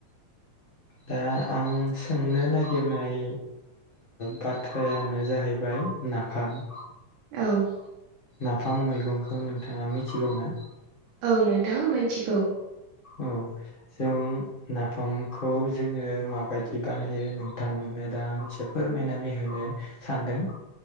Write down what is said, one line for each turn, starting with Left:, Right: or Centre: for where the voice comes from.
Left: दा आं सोंनो नागिरनाय बाथ्रायानो जाहैबाय नाफाम।
Right: औ
Left: नाफाम मैगंखौ नोंथाङा मिथिगौ ना?
Right: औ नोंथां मिथिगौ।
Left: औ जों नाफामखौ जोङो माबायदि बानायो नोंथां नों दा आंनो एसे फोरमायनानै होनो सानदों।